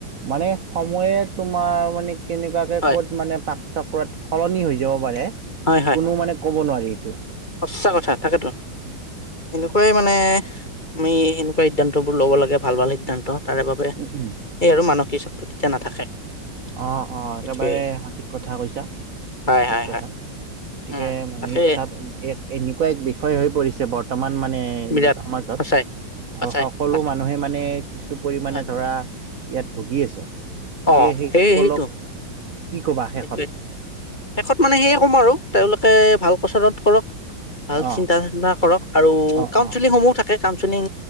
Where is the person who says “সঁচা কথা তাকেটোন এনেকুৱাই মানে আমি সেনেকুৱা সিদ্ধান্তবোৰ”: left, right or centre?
Left